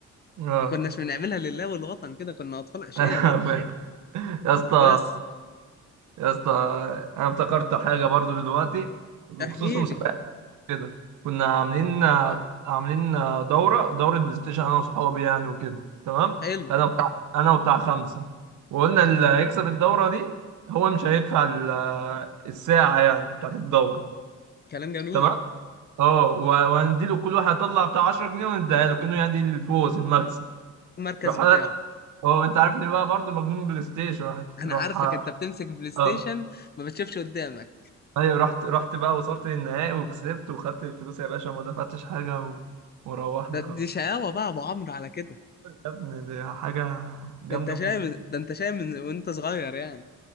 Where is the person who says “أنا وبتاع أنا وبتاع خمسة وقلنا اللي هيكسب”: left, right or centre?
Right